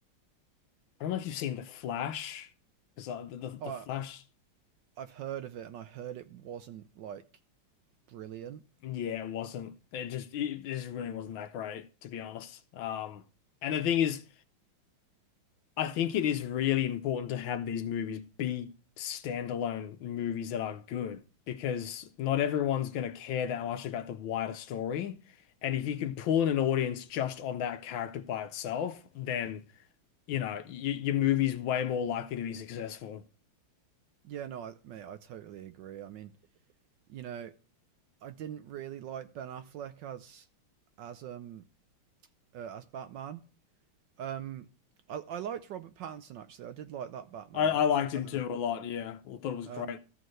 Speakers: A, on the left; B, on the right.
A: I don't know if you've seen The Flash because uh, the, the the
B: i
A: Flash
B: i've heard of it and i heard it wasn't like brilliant
A: yeah it wasn't it just it, it just really wasn't that great to be honest. Um and the thing is I think it is really important to have these movies be standalone movies that are good because not everyone's going to care that much about the wider story. And if you can pull in an audience just on that character by itself, then, you know, y your movie's way more likely to be successful.
B: yeah no I, mate i totally agree i mean you know i didn't really like ben affleck as as um uh, as batman um I, I liked robert pattinson actually i did like that batman
A: I, I liked
B: um
A: him too a lot. Yeah. I thought it was
B: um
A: great.